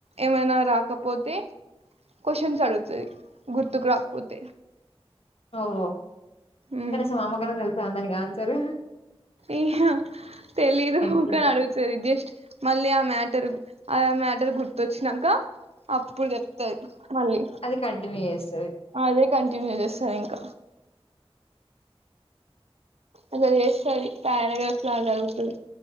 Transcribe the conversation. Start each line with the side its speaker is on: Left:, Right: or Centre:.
Right: ఏమైనా రాకపోతే కొషన్స్ అడుగుతది. గుర్తుకు రాకపోతే.
Left: ఓహో
Right: ఉమ్
Left: కనీసం ఆమెకైనా తెలుసా దానిక్. గాన్సరూ.
Right: ఈ హ తెలీదు.
Left: కి
Right: కానీ అడుగుతుంది జస్ట్ మళ్ళీ ఆ మ్యాటర్ గుర్ ఆ మేటర్ గుర్తొచ్చినంక అప్. ప్పుడు చెప్తది. మళ్ళీ
Left: అది కంటిన్యూ చేస్తది
Right: అదే. కంటిన్యూ చేస్తదింక. అట్ల చేస్తది. ప్యారాగ్రఫ్ లా చదువుతది.